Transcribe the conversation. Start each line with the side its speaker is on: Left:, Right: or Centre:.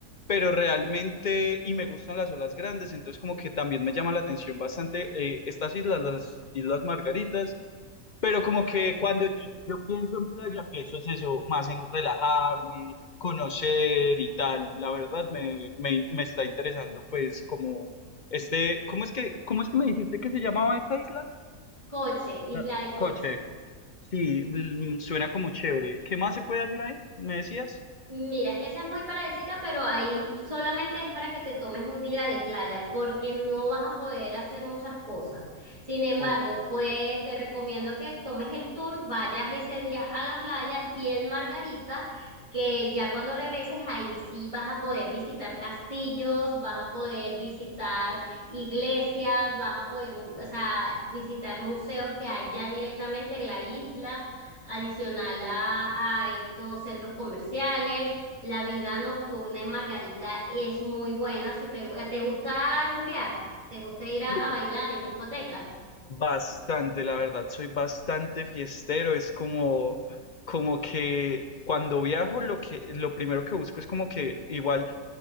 Left: pero realmente, y me gustan las olas grandes, entonces como que también me llama la atención bastante eh, estas islas, las Islas Margaritas. Pero
Right: en Isla
Left: como
Right: Margarita.
Left: que cuando yo, yo pienso en playa, pienso es eso, más en relajarme, conocer y tal. La verdad me, me, me está interesando, pues, como este, ¿cómo es que, cómo es que me dijiste que se llamaba esta isla?
Right: Coche,
Left: La-
Right: Isla de Coche.
Left: Coche. Sí, mm, suena como chévere. ¿Qué más se puede hacer ahí? ¿Me decías?
Right: Mira, esa es muy paradisíaca, pero ahí solamente es para que te tomes un día de playa, porque no vas a poder hacer muchas cosas. Sin embargo,
Left: Ok.
Right: pues te recomiendo que tomes el tour, vayas ese día a la playa y en Margarita, que ya cuando regreses ahí sí vas a poder visitar castillos, vas a poder visitar iglesias, vas a poder, o sea, visitar museos que hay ya directamente en la isla adicional a, a estos centros comerciales. La vida nocturna en Margarita es muy buena. Si te, eh, te gusta rumbear, te gusta ir a,
Left: Sí.
Right: a bailar en discoteca.
Left: Bastante, la verdad, soy bastante fiestero. Es como, como que cuando viajo, lo que, lo primero que busco es como que igual.